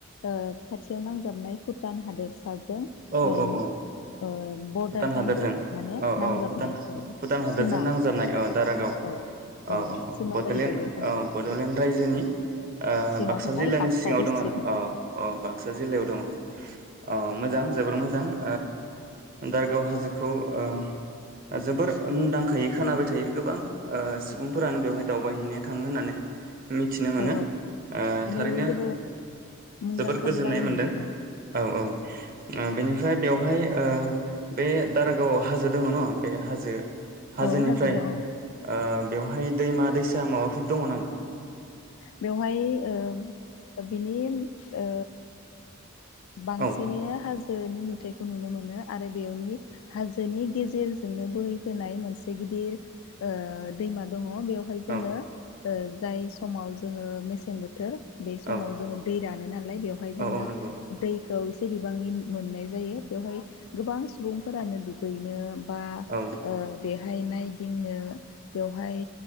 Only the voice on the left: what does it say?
ओ खाथियाव नांजाबनाय भुटान हादोर सा जों ओ
ओ बरदार
जाहैबाय माने
नांजाबनाय
औ
सिमा
औ
सिमा
जाहैबाय बे हाजोआ
सिङाव
थानाय
बाक्सा
डिस्ट्रिक्टनि
औ
बियो जोबोर मुंदांखाबो
जानो हमदों
औ
औ हाजो दं औ
बेवहाय ओ बिनि ओ बांसिनैनो
हाजोनि नुथाय खौ नुनो मोनो आरो बेयावनि हाजोनि गेजेरजोंनो बोहैफोनाय मोनसे ओ गिदिर दैमा दङ बेयावहाय
जोङो ओ जाय समाव जोङो मेसें बोथोर बे समाव
जोङो दै रान नालाय बेवहाय
जोङो
दैखौ एसे बिबांनि मोननाय जायो बेवहाय गोबां सुबुंफोरानो दुगैनो बा
ओ बेहाय नायदिंनो बेवहाय